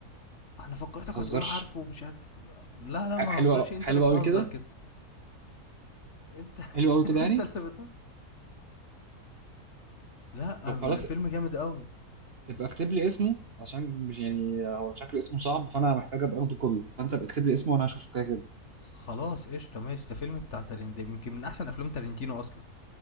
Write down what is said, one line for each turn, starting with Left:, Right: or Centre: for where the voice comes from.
Left: انا فكرتك
Right: ما تهزرش
Left: هتقول عارفه مش عارف إيه. لا لا
Right: ح-
Left: ما
Right: حلوه
Left: هزرش انت
Right: حلوه
Left: اللي بتهزر
Right: قوي كده
Left: كده انت <laughs>
Right: حلوه قوي كده يعني
Left: <applause> انت اللي بتهزر لا
Right: طب
Left: ب-
Right: خلاص
Left: فيلم جامد قوي
Right: ابقى اكتب لي اسمه عشان مش يعني هو شكل اسمه صعب فانا محتاج ابقى اخده كوبي فانت ابقى اكتب لي اسمه وانا هشوفه كده كده
Left: خلاص قشطه ماشي ده فيلم بتاع تارين ده يمكن من احسن افلام تارنتينو اصلا